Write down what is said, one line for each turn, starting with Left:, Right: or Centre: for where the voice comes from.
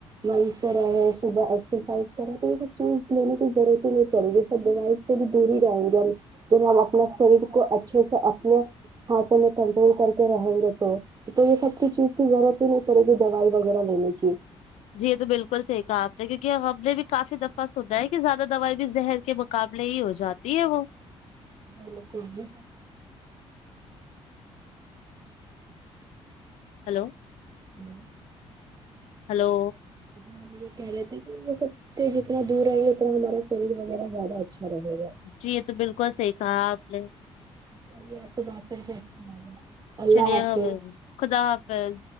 Right: من کرا ہے صبح ایکسرسائز کرا تو یے سب چیز لینے کی ضرورت ہی نہیں پے گی سب بی سے پور جائیں گے ہم جب ہم اپنا شریر کو اچھے سے اپنے ہاتھو میں کنٹرول کرتے رہیں گے تو تو یے سب کی چیز کی ضرورت ہے ن کررے کی دوائی وغیرہ لینے کی
Left: جی یے تو بالکل صح کہا آپ نے کیونکہ ہم نے بھی کافی دفعہ سنا ہے کہ زیادہ دوائی بھی زہر کے مو مقابلے ہی ہو جاتی ہے وہ
Right: بالکل بھی
Left: ہلو
Right: جی
Left: ہلو
Right: جی ہم یے کہہ رہے تھے کہ تو جتنا دور رہیں گے اتنا ہمارا شریر وغیرہ زیادہ اچھا رہے گا
Left: جی یے تو بالکل سحیح کہا آپ نے
Right: <inaudible>
Left: چلیے
Right: حافظ
Left: <unintelligible> خدا حافظ